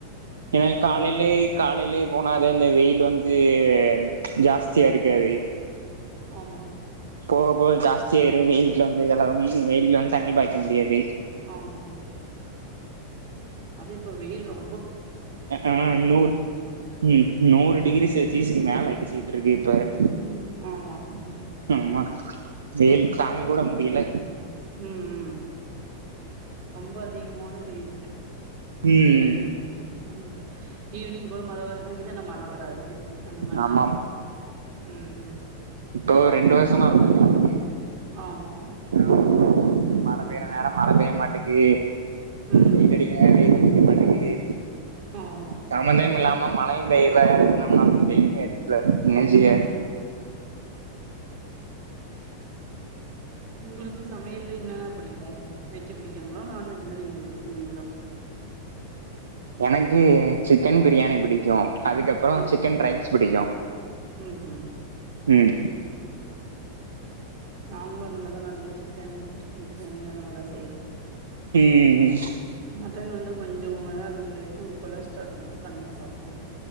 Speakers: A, on the right; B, on the right.
A: ஏன்னா காலையிலய காலையிலயே போனாதா இந்த வெயில் வந்து அது ஜாஸ்தியா இருக்காது
B: ஆமா
A: போக போக ஜாஸ்தியாயிடு வெயில் வீட்ல வந்து வலவும் வெயில்லா தண்ணி பாய்க்க முடியாது
B: ஆமா ஆமா அது இப்ப வெயில் ரொ
A: ஆ நூற் ம் நூறு டிகிரி செல்சியஸக்கு மேல அடிச்சிகிட்டு இருக்கு ப்ப
B: ம் ஆமா ம்
A: ஆமா வெயில் தாங்க கூட முடியல
B: ம் ம் ரொம்ப அதிகமான வெயிலு
A: ம்
B: ம் ஈவினிங்க் போல மழ வருதுங்குது ஆனா மலழவராது அந்த மாரிதாருக்கு
A: ஆமாம்
B: ம்ம்
A: இப்போ ரெண்டு வருஷமா அப்டிதானே இருக்கு
B: ஆமா.
A: <inaudible>
B: ம்.
A: மழ பெய்ர நேர மழ பெய்ய மாட்டேக் எ
B: ம்.
A: வெயில் அடிக்கன வெயில் அடிக்க மாட்டேங்கிது
B: ஆமா.
A: சம்பந்தமே இல்லாம மழையும் பெய்யல சம்பந்தம் இல்லாம வெயிலும் அடிக்கல என்ன ஜெய்ய
B: ம். உங்களுக்கு சமையல்ல என்னன்னா புடிக்கு வெஜ் புடிக்குங்களா நான்வெஜ் தா புடிக்குமா நீங்களா
A: எனக்கு சிக்கன் பிரியாணி புடிக்கு அதுக்கப்றோ
B: ம்ஹ்ம்.
A: சிக்கன் ரைஸ் பிடிக்கு
B: ம்ஹ்ம்.
A: ம்
B: நாங்களு அந்த மாரிதா நெறைய சிக்கன் சிக்கன் பிரியாணி அந்த மாரிதா செய்வோ
A: ம் ம்
B: மட்டன் வந்து கொஞ்சோ ஏது எது கொலஸ்ட்ரால்னு கம்மியா சாப்டுவோ